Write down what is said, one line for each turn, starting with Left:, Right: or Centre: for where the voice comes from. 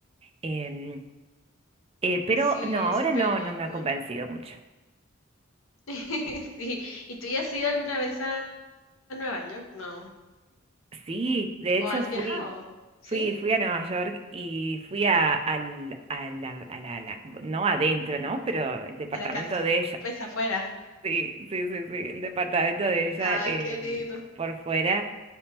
Right: Em, eh, pero
Left: sí,
Right: no, ahora
Left: súper
Right: no,
Left: lindo.
Right: no me ha convencido mucho.
Left: <laughs> Sí, ¿y tú ya has ido alguna vez a a Nueva York? No.
Right: Sí, de
Left: ¿O
Right: hecho
Left: has
Right: fui.
Left: viajado? ¿Sí?
Right: Fui, fui a Nueva York y fui a, al, a la, a la- a la- no adentro, ¿no? Pero el departamento
Left: A la casa.
Right: de ella.
Left: Pues afuera.
Right: Sí, sí, sí, sí, el departamento de ella
Left: Ay,
Right: eh,
Left: qué lindo.
Right: por fuera,